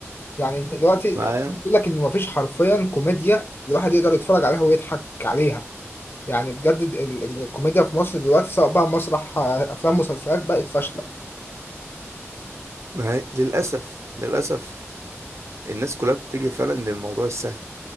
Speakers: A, on the left (about 50°); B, on the right (about 70°).
A: يعني انت دلوقتي
B: معايا
A: بيقول لك ان مفيش حرفيا كوميديا الواحد يقدر يتفرج عليها ويضحك عليها يعني بجد ال- ال- الكوميديا في مصر دلوقتي سواء بقى مسرح افلام مسلسلات بقت فاشلة
B: معايا للأسف للأسف الناس كلها بتتجه فعلا للموضوع السهل